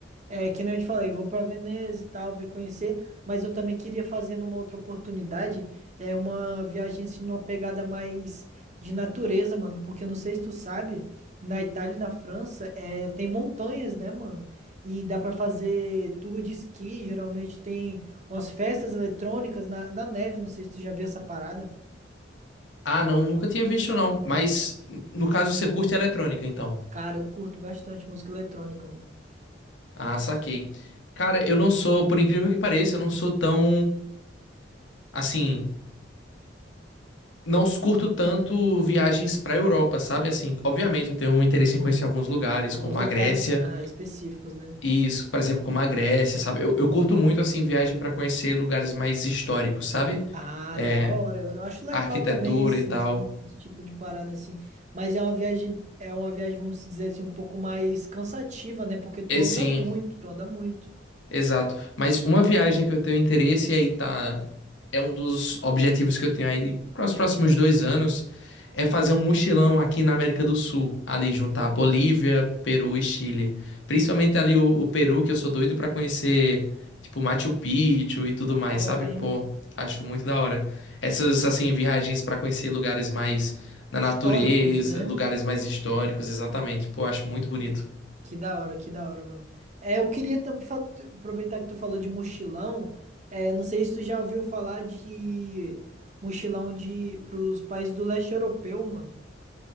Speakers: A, on the right; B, on the left.
A: É, que nem eu te falei, eu vou pra Veneza e tal, ver conhecer. Mas eu também queria fazer numa outra oportunidade, é uma viagem assim, numa pegada mais de natureza, mano. Porque eu não sei se tu sabe, na Itália e na França, é, tem montanhas, né, mano? E dá pra fazer tour de esqui, geralmente tem umas festas eletrônicas na, na neve, não sei se tu já viu essa parada.
B: Ah, não, nunca tinha visto, não. Mas, no caso, você curte eletrônica, então.
A: Cara, eu curto bastante música eletrônica, mano.
B: Ah, saquei. Cara, eu não sou, por incrível que pareça, eu não sou tão, assim, não curto tanto viagens pra Europa, sabe? Assim, obviamente, eu tenho um interesse em conhecer alguns lugares,
A: Alguns
B: como
A: locais
B: a Grécia,
A: ah, específicos, né?
B: Isso, por exemplo, como a Grécia, sabe? Eu, eu curto muito, assim, viagem para conhecer lugares mais históricos, sabe?
A: Ah,
B: É,
A: da hora. Eu, eu acho legal
B: a arquitetura
A: também, assim,
B: e tal.
A: ir esse tipo de parada, assim. Mas é uma viagem, é uma viagem, vamos dizer assim, um pouco mais cansativa, né? Porque tu
B: É
A: anda
B: sim.
A: muito, tu anda muito.
B: Exato. Mas uma viagem que eu tenho interesse e aí tá. É um dos objetivos que eu tenho aí para os próximos dois anos é fazer um mochilão aqui na América do Sul, ali juntar Bolívia, Peru e Chile. Principalmente ali o, o Peru, que eu sou doido para conhecer, tipo Machu Picchu e tudo
A: Da
B: mais,
A: hora,
B: sabe?
A: hein,
B: Pô,
A: mano?
B: acho muito da hora. Essas assim viagens para conhecer lugares mais na
A: Históricos,
B: natureza,
A: né?
B: lugares mais históricos, exatamente. Pô, acho muito bonito.
A: Que da hora, que da hora, mano. É, eu queria tam- fa- tu- aproveitar que tu falou de mochilão. É, não sei se tu já ouviu falar de mochilão de pros países do leste europeu, mano.